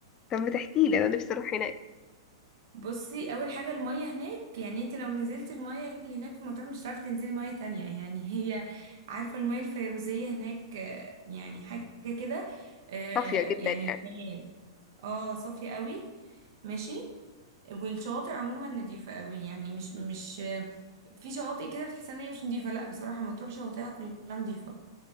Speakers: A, on the left; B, on the right.
A: طب ما تحكي لي انا نفسي اروح هناك
B: بصي اول حاجه الميه هناك يعني انت لو نزلت الميه اللي هناك في مطروح مش هتعرفي تنزلي ميه تانية يعني هي عارفه الميه الفيروزيه هناك آه، يعني حاجه كده آه،
A: صافيه جدا
B: يعني
A: يعني
B: خيال اه صافيه قوي ماشي والشواطئ عموما نظيفه قوي يعني مش مش آه، في شواطئ كده بتحس ان هي مش نظيفه لا بصراحه مطروح شواطئها كلها نظيفه